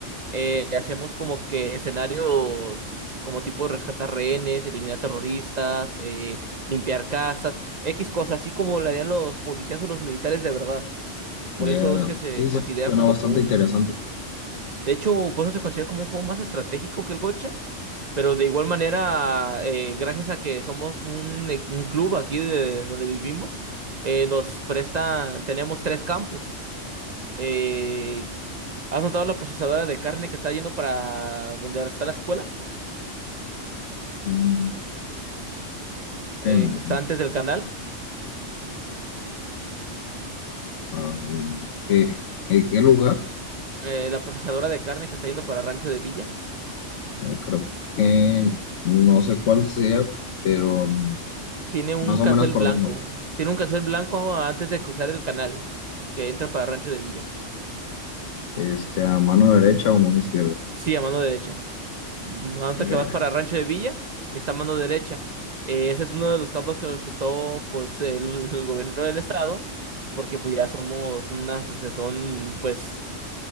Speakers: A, on the right (about 50°); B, on the left (about 80°).
A: Eh, hacemos como que escenarios como tipo rescatar rehenes, eliminar terroristas, eh, limpiar casas, X cosas, así como lo harían los policías o los militares de verdad.
B: Ya,
A: Por eso es que se
B: sí, sí,
A: considera
B: suena
A: como
B: bastante
A: que un...
B: interesante.
A: De hecho, por eso se considera como un juego más estratégico que el gocha. Pero de igual manera, eh, gracias a que somos un, e- un club aquí de donde vivimos, eh, nos presta, tenemos tres campos. Eh, ¿has notado la procesadora de carne que está yendo para donde está la escuela?
B: Mm,
A: Eh,
B: que no.
A: que está antes del canal.
B: Ah, ¿qué, qué- qué lugar?
A: Eh, la procesadora de carne que está yendo para Rancho de Villa.
B: Eh, creo que no sé cuál sea, pero mm,
A: Tiene un
B: más
A: cancel
B: o menos por
A: blanco.
B: dónde.
A: Tiene un cancel blanco antes de cruzar el canal que entra para Rancho de Villa.
B: Este, a mano derecha o mano izquierda.
A: Sí, a mano derecha. Antes
B: Ya,
A: que vas para Rancho de Villa, y está a mano derecha. Eh, ese es uno de los campos que nos prestó pues el, el gobierno del estado, porque pues ya somos una asociación pues